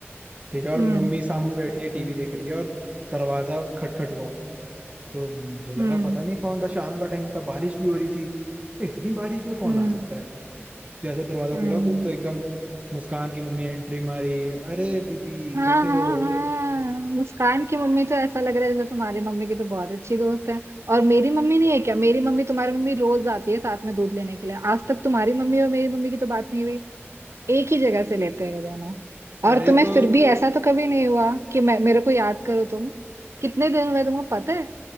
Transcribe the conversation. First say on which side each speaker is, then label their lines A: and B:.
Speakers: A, on the right; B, on the right.
A: ठीक है और
B: हम्म
A: मम्मी सामने बैठी है टीवी देख रही है और दरवाजा खटखट हुआ तो मुझे लगा
B: हम्म
A: पता नहीं कौन था शाम का टाइम था बारिश भी हो रही थी तो इतनी बारिश में कौन
B: हम्म
A: आ सकता है जैसे दरवाजा
B: हम्म
A: खुला तो एकदम मुस्कान की मम्मी एंट्री मारी अरे दीदी
B: हाँ
A: कैसे
B: हाँ
A: हो
B: हाँ मुस्कान की मम्मी तो ऐसा लग रहा है जैसे तुम्हारी मम्मी की तो बहुत अच्छी दोस्त है और मेरी मम्मी नहीं है क्या मेरी मम्मी तुम्हारी मम्मी रोज आती है साथ में दूध लेने के लिए आज तक तुम्हारी मम्मी और मेरी मम्मी की तो बात नहीं हुई एक ही जगह से लेते हैं वो दोनों
A: अरे
B: और तुम्हें
A: तो
B: फिर भी ऐसा तो कभी नहीं हुआ कि मैं मेरे को याद करो तुम कितने दिन हुए तुमको पता है